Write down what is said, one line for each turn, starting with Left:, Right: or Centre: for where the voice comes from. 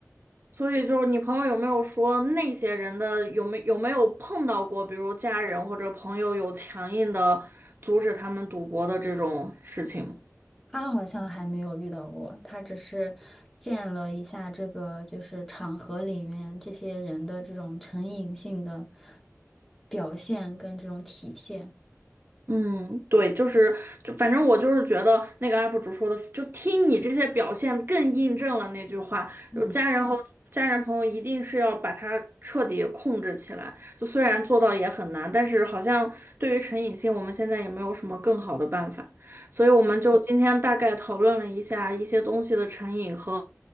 Right: 所以就是你朋友有没有说那些人的有没有没有碰到过，比如家人或者朋友有强硬的阻止他们赌博的这种事情吗？
Centre: 他好像还没有遇到过，他只是见了一下这个，就是场合里面这些人的这种成瘾性的表现跟这种体现。
Right: 嗯，对，就是就反正我就是觉得那个 UP 主说的，就听你这些表现更印证了那句话，
Centre: 嗯
Right: 就家人和家人朋友一定是要把它彻底控制起来。就虽然做到也很难，但是好像对于成瘾性，我们现在也没有什么更好的办法，所以我们就今天大概讨论了一下一些东西的成瘾和